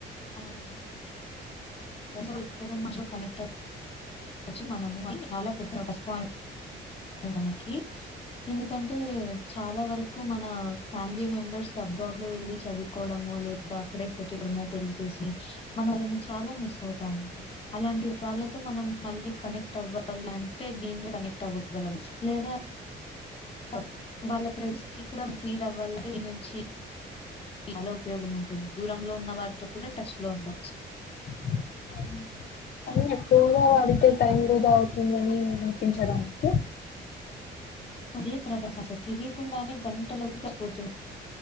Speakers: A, on the left; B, on the left.
A: అవును ప్రజలు ఎక్కడ ఉన్నా చో కనెక్ట్ అవ్ చ్చు మనము అది చాలా పెద్ద ప్లస్ పాయింట్ మనకి ఎందుకంటే చాలా వరకు మన ఫ్యామిలీ మెంబర్స్ అబ్రాడ్ లో వెళ్ళి చదువుకోవడము ము లేదా అక్కడే సెటిల్ అవ్వడము పెళ్లి చేసి మన వాళ్ళని చాలా మిస్ అవుతాము అలాంటి వ వాళ్ళతో మనం మళ్ళీ కనెక్ట్ అవ్వాలంటే దీన్లి కనెక్ట్ అవ్వగలం లేదా అబ్ వాళ్ళ ప్రెండ్స్ కి కూడా ఫీల్ అవ్వాలి దీని నుంచి చాలా ఉపయోగం ఉంటుంది దూరంలో ఉన్నవారితో కూడా టచ్ లో ఉండచ్చు
B: అ <unintelligible> కానీ ఎక్కువగా వాడితే టైం వృధా అవుతుందని అనిపించద నీకు?
A: అదే ప్రగాశశ తెలియకుండానే గంటలకుపోతుంది